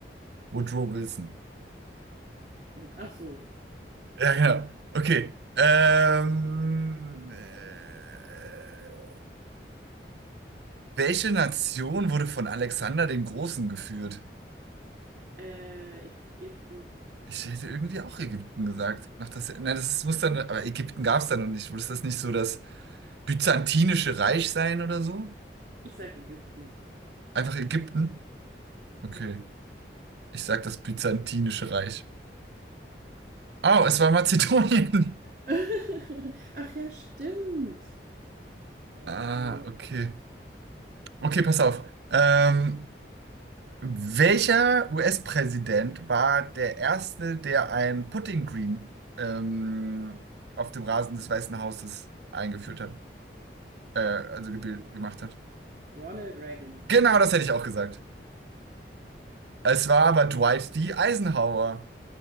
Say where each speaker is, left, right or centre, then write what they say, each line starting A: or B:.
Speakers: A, on the right (about 70°); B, on the right (about 45°).
A: Woodrow Wilson.
B: <laughs> Ach so.
A: Ja, genau. Okay. Ähm, äh, welche Nation wurde von Alexander dem Großen geführt?
B: Äh, Ägypten?
A: Ich hätte irgendwie auch Ägypten gesagt. Ach, das, nein, das muss dann, aber Ägypten gab es da noch nicht. Muss das nicht so das Byzantinische Reich sein oder so?
B: Ich sag Ägypten.
A: Einfach Ägypten? Okay.
B: Ja.
A: Ich sag das Byzantinische Reich. Oh, es war Mazedonien. <laughs>
B: <laughs> Ach ja, stimmt. Herrje.
A: Ah, okay. Okay, pass auf. Ähm, Welcher US-Präsident war der erste, der ein Putting Green ähm, auf dem Rasen des Weißen Hauses eingeführt hat, äh, also gebil- gemacht hat?
B: Ronald Reagan.
A: Genau, das hätte ich auch gesagt. Es war aber Dwight D. Eisenhower.